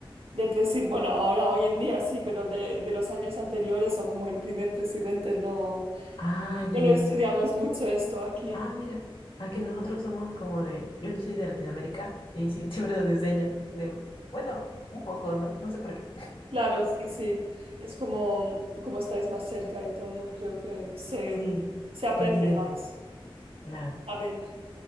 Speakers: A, on the right; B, on the left.
A: de presi- Bueno, ahora hoy en día sí, pero de, de los años anteriores o como el primer presidente no,
B: ah, ya,
A: no lo
B: ya,
A: estudiamos
B: ya.
A: mucho esto aquí.
B: Ah, mira. Aquí nosotros somos como de, yo no soy de Latinoamérica y <laughs> sí, siempre nos enseñan de, bueno, un poco, ¿no? No sé por qué.
A: Claro, sí, sí. Es como, como estáis más cerca y todo, creo que se,
B: Sí,
A: se aprende
B: continente,
A: más.
B: claro.
A: A ver,